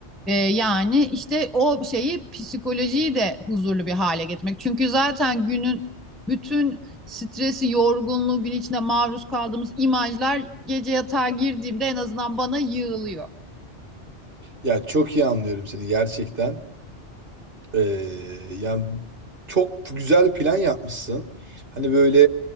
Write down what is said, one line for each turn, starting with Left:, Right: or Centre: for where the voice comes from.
Centre: E, yani işte o şeyi psikolojiyi de huzurlu bir hale getirmek. Çünkü zaten günün bütün stresi, yorgunluğu, gün içinde maruz kaldığımız imajlar gece yatağa girdiğimde en azından bana yığılıyor.
Right: Ya çok iyi anlıyorum seni gerçekten. Ee, yani çok güzel bir plan yapmışsın. Hani böyle